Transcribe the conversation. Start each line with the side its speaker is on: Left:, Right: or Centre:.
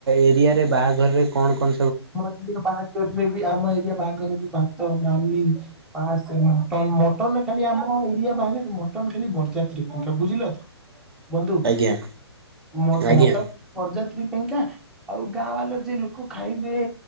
Right: ଏରିଆରେ ବାହାଘର କଣ କ
Centre: <unintelligible> ବାହାଘରେ ବି ଆମ ଏରିଆ ବାହାର ବି ଭାତ ଡାଲି ପାସ ଏମ୍ ମଟନ ଖାଲି ଆମ ଏରିଆ ବାହାଘ ମଟନ ଖାଲି ବରଯାତ୍ରୀ ପାଇ ବୁଝିଲ ତ। ବନ୍ଧୁ
Right: ଆଜ୍ଞା
Centre: ମ
Right: ଆଜ୍ଞା
Centre: ମଟ ବାରଯାତ୍ରୀ ପାଇଁକା ଆଉ ଗାଁ ବାଲା ଯିଏ ଲୋକ ଖାଇ ଏ